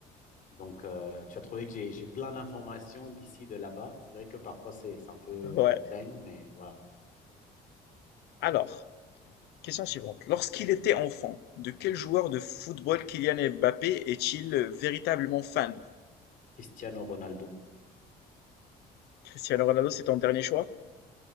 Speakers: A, on the left; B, on the left.
A: Donc, euh, tu as trouvé que j'ai, j'ai plein d'informations d'ici, de là-bas. C'est vrai que parfois, c'est, c'est un peu
B: Ouais.
A: dingue, mais voilà.
B: Alors, question suivante. Lorsqu'il était enfant, de quel joueur de football Kylian Mbappé est-il véritablement fan?
A: Cristiano Ronaldo.
B: Cristiano Ronaldo, c'est ton dernier choix?